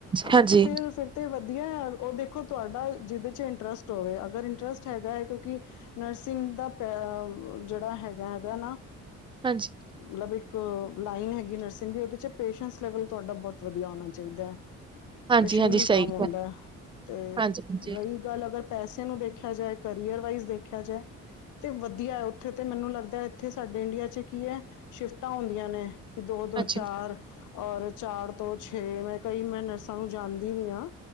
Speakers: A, on the left; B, on the right.
A: ਹਾਂ
B: ਹਾਂਜੀ।
A: ਤੇ ਫਿਰ- ਫਿਰ ਤੇ ਵਧੀਆ ਉਹ ਦੇਖੋ ਤੁਹਾਡਾ ਜਿਹਦੇ ਚ ਇੰਟਰਸਟ ਹੋਵੇ ਅਗਰ ਇੰਟਰਸਟ ਹੈਗਾ ਹੈ ਕਿਉਂਕਿ ਨਰਸਿੰਗ ਦਾ ਜਿਹੜਾ, ਹੈਗਾ ਹੈਗਾ ਨਾ
B: ਹਾਂਜੀ,
A: ਲਵੇ ਇਕ ਲਾਈਨ ਹੈਗੀ ਏ ਉਦੇ ਵਿੱਚ ਪੇਸਸ ਲੈਵਲ ਤੁਹਾਡਾ ਬਹੁਤ ਵਧੀਆ ਹੋਣਾ ਚਾਹੀਦਾ ਹੈ,
B: ਹਾਂਜੀ,
A: ਪਸ਼ਨਲੀ
B: ਹਾਂਜੀ ਸਹੀ
A: ਕੰਮ ਆਉਂਦਾ ਹੈ ਤੇ
B: ਹਾਂਜੀ, ਹਾਂਜੀ,
A: ਰਹੀ ਗੱਲ ਅਗਰ ਪੈਸੇ ਨੂੰ ਦੇਖਿਆ ਜਾਏ। ਕਰੀਅਰ ਮਗਰ ਦੇਖਿਆ ਜਾਏ, ਤੇ ਵਧੀਆ ਹੈ ਉੱਥੇ ਤੇ ਮੈਨੂੰ ਲੱਗਦਾ ਇੱਥੇ ਸਾਡੇ ਇੰਡੀਆ ਚ ਕੀ ਹੈ, ਸਿਫਟਾ ਹੁੰਦੀਆ ਨੇ। ਦੋ-ਦੋ
B: ਹਾਂਜੀ,
A: ਚਾਰ, ਔਰ ਚਾਰ ਤੋਂ ਛੇ ਮੈਂ ਕਈ ਮੈਂ ਨਰਸਾਂ ਨੂੰ ਜਾਣਦੀ ਵੀ ਹਾਂ।